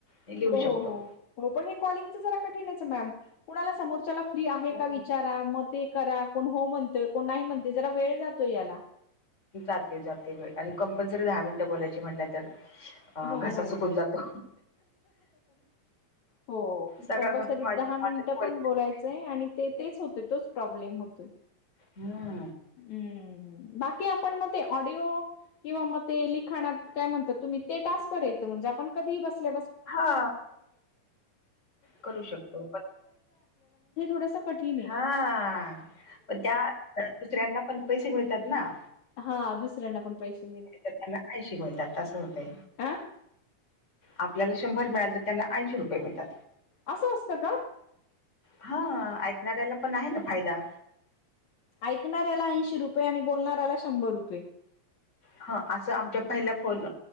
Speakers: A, on the left; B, on the left.
A: लिहू
B: हो
A: शकतो
B: हो हो हो पणं हे कॉलिंगचं जरां कठीणचं मॅम कुणांला समोरच्यांला फ्री आहे
A: हो
B: कां विचांरा मंग ते करां कोणं हो म्हणतंय कोणं नाहीं म्हणतं जरां वेंळं जातोय यांला
A: जाते जाते वेळं आणि कंपल्सरी दहा मिनिटं बोलायची म्हंटल्यावर तरं
B: हो
A: अ घासा
B: हो.
A: सुकून जातो.
B: हो
A: सकाळपासून
B: कंपल्सरी
A: माझ
B: दहा मिनिटं
A: माझेच बोलत
B: पण बोलायचंय आणि ते तेच होते तोच प्रॉब्लेम होतो.
A: हम्
B: हम्म बाकी आपण मग ते ऑडिओ किंवा म ते लिखाणात काय म्हणतात तुम्ही ते तास बर येत म्हणजेण कधी बस ब <inaudible>
A: हा करू शकतो पण
B: कठीण आहे.
A: हा पण त्या दुसऱ्यांना पण पैसे मिळतात ना.
B: हा दुसऱ्यांना पण पैसे मिळत
A: त्यांना काशीिकतात तसं होतय.
B: हा
A: आपल्याला शंभर मिळाल तर त्यांना ऐंशी रुपये मिळतात.
B: असं असतं का?
A: हा ऐकणाऱ्याला पण आहे ना फायदा
B: ऐकणाऱ्याला ऐंशी रुपये आणि बोलणाऱ्याला शंभर रुपये.
A: ह असं आमच्या पहिल्या फोन